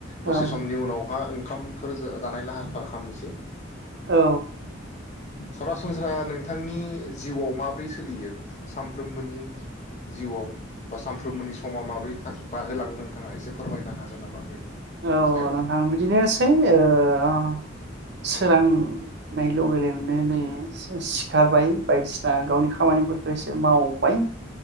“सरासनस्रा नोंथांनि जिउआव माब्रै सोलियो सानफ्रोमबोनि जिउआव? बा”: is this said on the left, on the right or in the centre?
Left